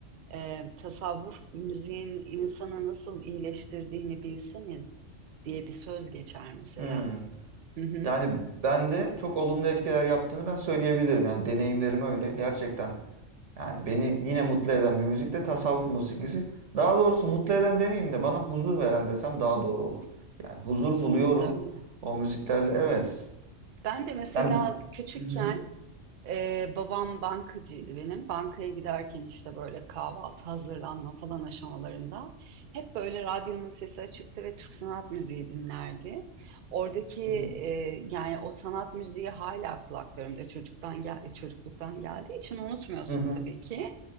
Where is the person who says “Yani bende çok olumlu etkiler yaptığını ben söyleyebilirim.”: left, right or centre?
Right